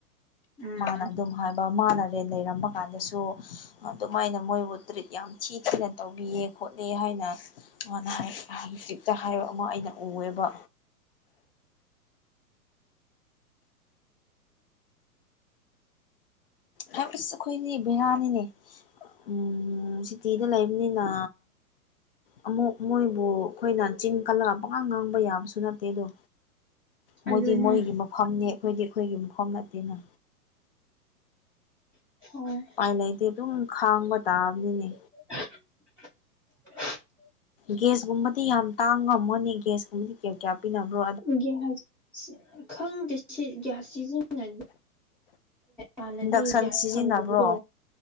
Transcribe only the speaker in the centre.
ꯎꯝ
ꯑꯗꯨꯅꯦ
ꯍꯣꯏ
<inaudible>
ꯒꯤ꯭ꯌꯥꯁ ꯈꯪꯗꯦ ꯒ ꯒꯤ꯭ꯌꯥꯁ ꯁꯤꯖꯤꯟꯅꯗꯦ ꯍꯥꯟꯅꯗꯤ
ꯒ꯭ꯌꯥꯁ
ꯐꯪꯗꯕꯗꯣ